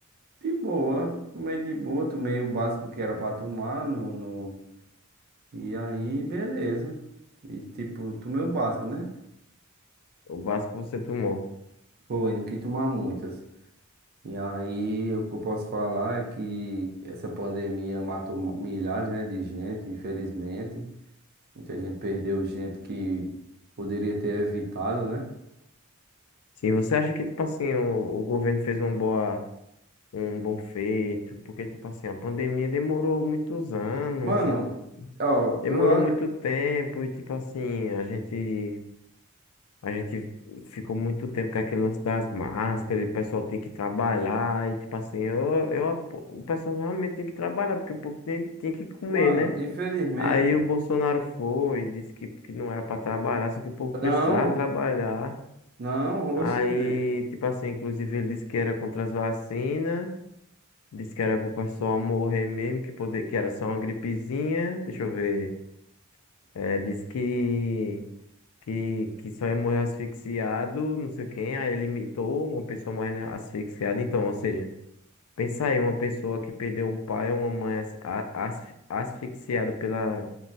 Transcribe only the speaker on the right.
de boa. Tomei de boa, tomei o básico que era pra tomar. No, no... E aí, beleza. E tipo, tomei o básico, né?
Foi, não quis tomar muitas. E aí, o que eu posso falar é que essa pandemia matou ma- milhares, né, de gente, infelizmente. Muita gente perdeu gente que poderia ter evitado, né?
Mano,
ó,
eu, a-
mano,
infelizmente,
não,
não, <laughs>
hoje, em dia.